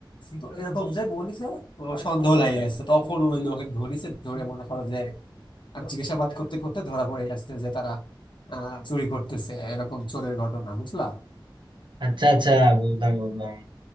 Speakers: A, on the left (about 65°); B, on the right (about 65°).
A: তো এরকম যে বলিছে ও সন্দেহ লাগে গেছে তখন ওই লোকে ধরিছে ধরে মনে করো যে আর জিজ্ঞাসাবাদ করতে করতে ধরা পড়ে গেছে যে তারা আহ চুরি করতেছে এরকম চোরের ঘটনা বুঝলা
B: আচ্ছা আচ্ছা বুঝলাম বুঝলাম